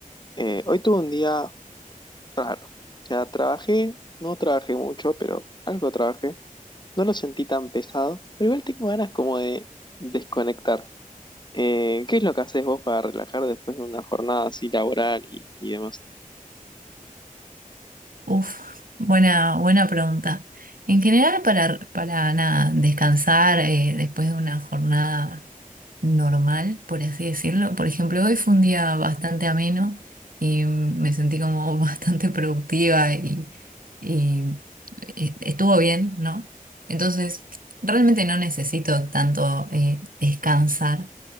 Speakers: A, on the left; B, on the right.
A: Eh, hoy tuve un día raro. O sea, trabajé, no trabajé mucho, pero algo trabajé. No lo sentí tan pesado, pero igual tengo ganas como de desconectar. Eh, ¿qué es lo que haces vos para relajar después de una jornada así laboral y, y demás?
B: Uf, buena, buena pregunta. En general, para, para nada, descansar eh, después de una jornada normal, por así decirlo. Por ejemplo, hoy fue un día bastante ameno y me sentí como <laughs> bastante productiva y, y est- estuvo bien, ¿no? Entonces, realmente no necesito tanto eh, descansar